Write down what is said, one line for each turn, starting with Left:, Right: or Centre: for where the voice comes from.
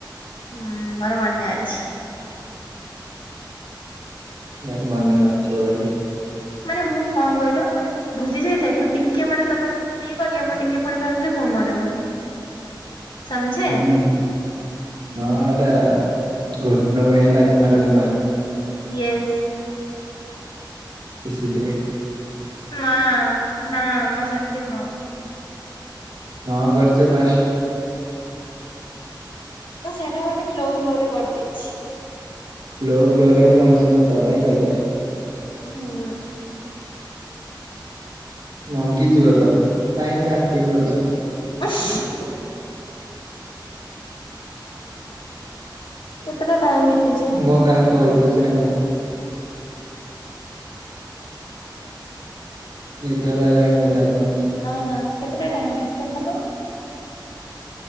Left: ହୁଁ ମୋର ମନେ ଅଛି।
Right: ମୁଁ ଭାବିଲି ମନେ ନଥିବ ବୋଲି
Left: ମାନେ ମୁଁ କଣ କହିଲ ମାନେ ଭୁଲି ଯାଇଥାଏ ପୁଣି ଟିକେ ମାନେ ତମେ ାନେ ଇଏ କଲି ମୁଁ ଟିକେ ପୁଣି ଭାବିଥିଲି ପୁଣି ମନେ ପଡିଯାଏ ସମଝେ
Right: ହୁଁ ହଁ ଏଟା ଘୁଟନୋ ବି ହେନା ତୁମ୍ଭାରା ଦିମାାଗ।
Left: ୟେସ।
Right: ଇସିଲିୟେ।
Left: ନା ନା ମୁଁ ସେମିତି ନୁହଁ।
Right: ହଁ କରିଛ ଫାଷ୍ଟ।
Left: ତ ସେଇଟା ଗୋଟେ ଫ୍ଲୋ ଫ୍ଲୋ ରେ କରିଦେଇଛି।
Right: ଫ୍ଲୋ ଫ୍ଲୋ ରେ ହିଁ ମଣିଷ ସତ କଥା ହିଁ କହିଥାଏ।
Left: ହୁଁ।
Right: ମଙ୍ଗିଯିବ ତ। କାଇଁ ଏତେ ଆକ୍ଟିଂ କରୁଛ?
Left: ଅଫ <unintelligible> କେତେଟା ଟାଇମ? ହେଇଛି?
Right: ମୁଁ କାହାକୁ କହିଦଉଛି ନା କଣ? ନିଦ ଲାଗିଲାଣି ବଧେ ଆପଣଙ୍କୁ?
Left: ନା ନା କେତେଟା ଟାଇମ ହେଇଛି ଦେଖ ତ?